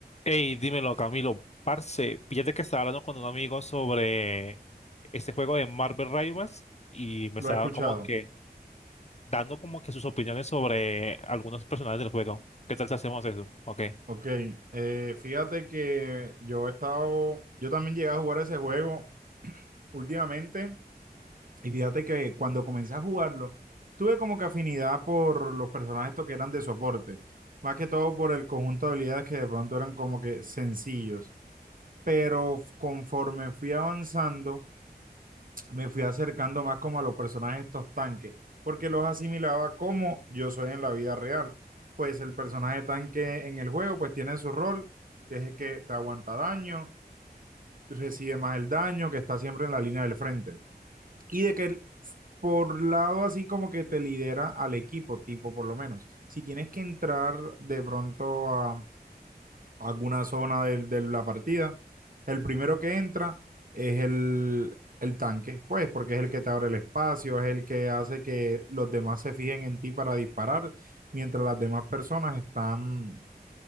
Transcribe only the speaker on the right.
Lo
he escuchado.
Ok. Eh, fíjate que yo he estado, yo también llegué a jugar ese juego últimamente y fíjate que cuando comencé a jugarlo, tuve como que afinidad por los personajes estos que eran de soporte, más que todo por el conjunto de habilidades que de pronto eran como que sencillos. Pero conforme fui avanzando, me fui acercando más como a los personajes de estos tanques, porque los asimilaba como yo soy en la vida real. Pues el personaje tanque en el juego pues tiene su rol, que es el que te aguanta daño, recibe más el daño, que está siempre en la línea del frente. Y de que el- por lado así como que te lidera al equipo, tipo por lo menos. Si tienes que entrar de pronto a alguna zona de, de la partida. El primero que entra es el, el tanque, pues, porque es el que te abre el espacio, es el que hace que los demás se fijen en ti para disparar, mientras las demás personas están,